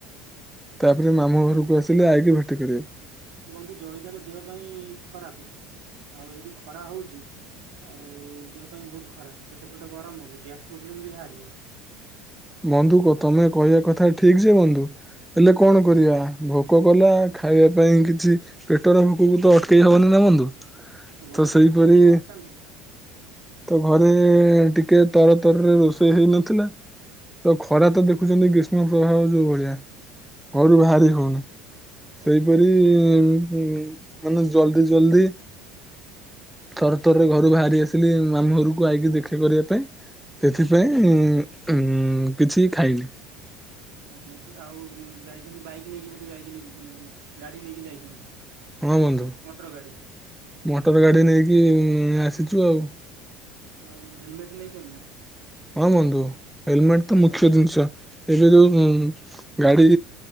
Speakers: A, in the centre; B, on the right.
A: ତାପରେ
B: ଆଉ
A: ମାମୁଁ
B: ଜଳି
A: ଘରକୁ ଆସିଲି, ଆଇକି ଭେଟି କରିବାକୁ।
B: ବନ୍ଧୁ ଜଳଖିଆ ଟା ଦେହ ପାଇଁ ଖରାପେ, ଆଉ ଏଇ ଯୋଉ ଖରା ହଉଚି ଆଉ ଦେହ ପାଇଁ ବହୁତ୍ ଖରାପ୍, ପେଟ ଫେଟ ଗରମ୍ ହବ ଗ୍ୟାସ୍ ପ୍ରୋବ୍ଲେମ ବି ବାହାରିବ।
A: ବନ୍ଧୁ
B: ଆଉ
A: ତମେ କହିବା କଥା ଠିକ ଯେ ବନ୍ଧୁ ହେଲେ
B: ଆଜ୍ଞା
A: କଣ କରିବା? ଭୋକ କଲା ଖାଇବା ପାଇଁ କିଛି ପେଟର ଭୋକକୁ ତ ଅଟକେଇ ହବନି ନା ବନ୍ଧୁ। ତ
B: ଆଉ ଘରେ
A: ସେଇପରି
B: କିଛି ଖାଇକି ସିନା ଆସିଥାନ୍ତେ
A: ତ ଘରେ ଟିକେ ତର ତରରେ ରୋଷେଇ ହେଇନଥିଲା। ତ ଖରା ତ ଦେଖୁଛନ୍ତି ଗ୍ରୀଷ୍ମ ପ୍ରବାହ ଯୋଉ ଭଳିଆ। ଘରୁ
B: ଆଜ୍ଞା
A: ବାହାରି ହଉନି, ସେଇପରି
B: ଆଜ୍ଞା।
A: ମାନେ ଜଲଦି-ଜଲଦି ତର ତରରେ ଘରୁ ବାହାରି ଆସିଲି ମାମୁଁ ଘରକୁ ଆଇକି ଦେଖା କରିବା ପାଇଁ। ସେଥିପାଇଁ ଉଁ କିଛି ଖାଇନି।
B: ଆଜ୍ଞା ଆଉ ଯାଇଚନ୍ତି ବାଇକ୍ ନେଇକି ବୋଧେ ଯାଇଚନ୍ତି ଗାଡି ନେଇକି ଯାଇଚନ୍ତି।
A: ହଁ ବନ୍ଧୁ।
B: ମୋଟର ଗାଡ଼ି।
A: ମୋଟର ଗାଡି ନେଇକି ଆସିଚୁ ଆଉ।
B: ଆଉ ହେଲମେଟ୍ ନେଇଚନ୍ତି ନା?
A: ହଁ ବନ୍ଧୁ ହେଲମେଟ୍ ତ
B: ଆଉ
A: ମୁଖ୍ୟ ଜିନିଷ। ଏବେ ଯୋଉ ଗାଡି